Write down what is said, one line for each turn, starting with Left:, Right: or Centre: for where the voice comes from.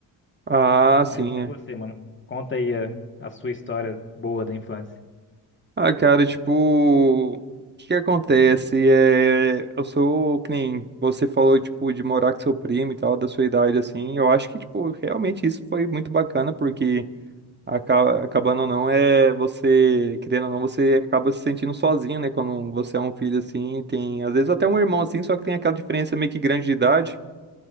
Right: Ah, sim.
Left: Mas e
Right: é.
Left: você, mano? Conta aí a, a sua história boa da infância.
Right: Ah, cara, tipo, o que que acontece? É, eu sou, que nem você falou, tipo, de morar com seu primo e tal, da sua idade, assim. Eu acho que, tipo, realmente isso foi muito bacana, porque acaba, acabando ou não, é você, querendo ou não, você acaba se sentindo sozinho, né? Quando você é um filho, assim, tem, às vezes, até um irmão, assim, só que tem aquela diferença meio que grande de idade.